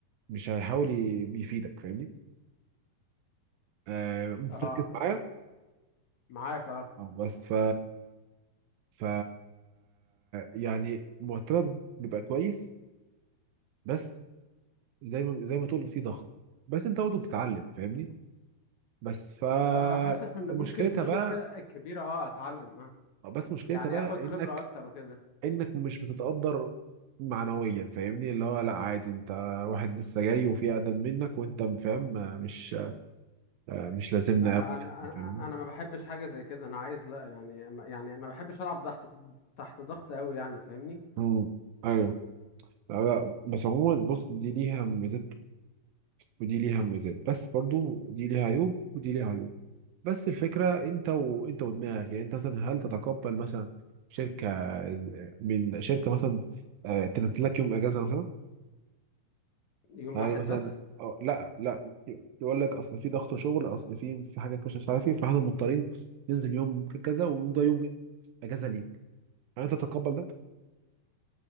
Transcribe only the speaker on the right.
مش هيحاول ي- يفيدك فاهمني آه، مركز
معايا
اه بس ف ف يعني مرتبك بيبقى كويس بس زي ما زي ما تقول في ضغط بس انت برضه بتتعلم فاهمني بس ف
مشكلتها
بقى
بس مشكلتها
بقى
انك
انك مش بتتقدر معنويا فاهمني اللي هو لا عادي انت واحد لسه جاي وفي اقدم منك وانت فاهم آه، مش آه، مش لازمنا
قوي
يعني
فاهمني
امم ايوه لا، لا، بس عموما بص دي ليها ميزات ودي ليها مميزات بس برضو دي ليها عيوب ودي ليها عيوب بس الفكرة انت وانت ودماغك يعني انت مثلا هل تتقبل مثلا شركة من شركة مثلا آه، تنزل لك يوم اجازة مثلا
هل
مثلا
آه، لا لا يقول لك اصل في ضغط شغل اصل في في حاجات مش مش عارف ايه فاحنا مضطرين ننزل يوم كذا وده يوم اجازة ليك هل انت تتقبل ده